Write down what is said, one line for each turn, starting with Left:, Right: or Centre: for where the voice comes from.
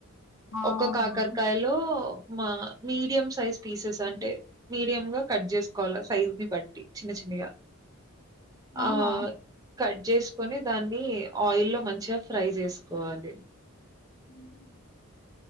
Left: అవునా
Right: ఒక కాకరకాయలో మా మీడియం సైజ్ పీసెస్ అంటే మీడియ గా కట్ చేసుకోవాలి సైజు ని బట్టి చిన్న చిన్నగా
Left: ఆహా
Right: ఆ కట్ చేసుకొని దాన్ని ఆయిల్ లో మంచిగా ఫ్రై చేసుకోని కోవాలి
Left: ఉహు